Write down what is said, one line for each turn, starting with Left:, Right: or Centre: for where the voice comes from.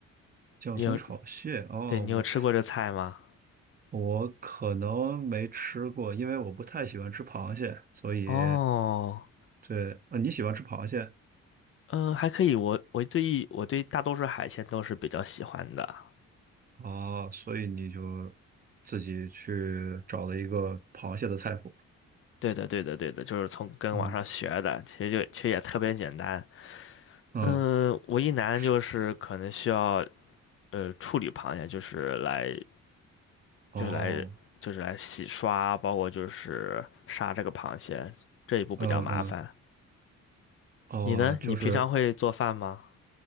Right: 酱松炒蟹，
Left: 你有，
Right: 哦，
Left: 对，你有吃过这菜吗？
Right: 我我可能没吃过，因为我不太喜欢吃螃蟹，所以
Left: 哦。
Right: 对，啊，你喜欢吃螃蟹
Left: 嗯，还可以。我我对我对大多数海鲜都是比较喜欢的。
Right: 哦，所以你就自己去找了一个螃蟹的菜谱。
Left: 对的，对的，对的，就是从跟网上学的，
Right: 嗯
Left: 其实就其实也特别简单。
Right: 嗯，
Left: 嗯，唯一难就是可能需要
Right: 是
Left: 呃处理螃蟹，就是来
Right: 哦，
Left: 就是来就是来洗刷，包括就是杀这个螃蟹这一步比较麻烦。
Right: 嗯嗯哦，
Left: 你呢？
Right: 就是
Left: 你平常会做饭吗？